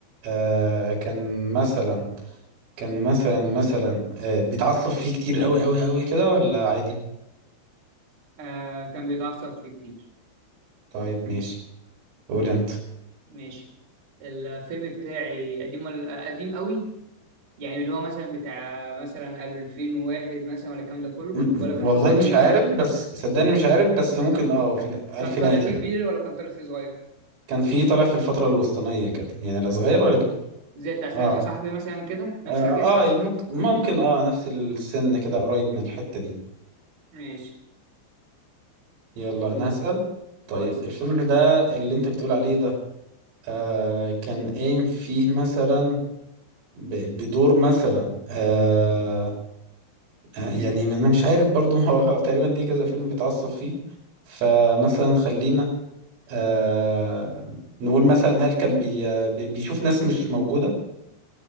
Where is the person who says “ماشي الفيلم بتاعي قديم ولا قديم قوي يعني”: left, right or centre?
Right